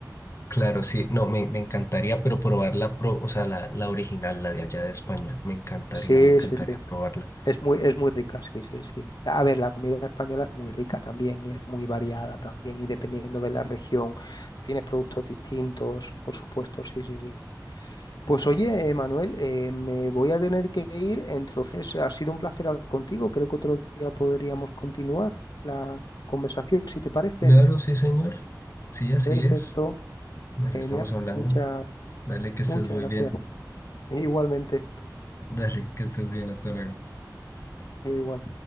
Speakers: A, on the left; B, on the left.
A: claro, sí, no, me, me encantaría, pero probar la, pro, o sea, la, la original, la de allá de España, me encantaría,
B: Sí,
A: me encantaría
B: sí, sí.
A: probarla.
B: Es muy, es muy rica, sí, sí, sí. A ver, la comida española es muy rica también y es muy variada también y dependiendo de la región tienes productos distintos, por supuesto, sí, sí, sí. Pues oye, eh, Manuel, eh, me voy a tener que ir, entonces ha sido un placer hablar contigo. Creo que otro día podríamos continuar la conversación, si te parece.
A: Claro, sí, señor. Sí, así
B: Perfecto,
A: es. Nos
B: genial.
A: estamos hablando.
B: Muchas,
A: Dale, que estés
B: muchas
A: muy
B: gracias.
A: bien.
B: Igualmente,
A: Dale, que estés bien. Hasta luego.
B: igual.